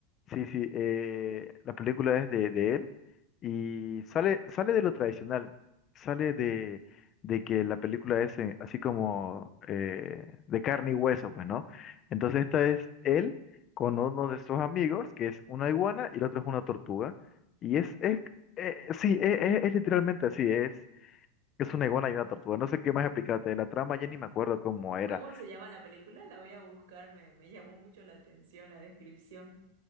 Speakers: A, on the left; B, on the right.
A: sí, sí. eh, la película es de, de él y sale, sale de lo tradicional, sale de, de que la película es eh, así como eh, de carne y hueso, pues, ¿no? Entonces esta es él con uno de sus amigos, que es una iguana y el otro es una tortuga. Y es, es eh, sí, es, es- es literalmente así, es, es una iguana y una tortuga. No sé qué más explicarte de la trama, ya ni me acuerdo cómo era.
B: ¿Cómo se llama la película? La voy a buscar, me, me llamó mucho la atención la descripción.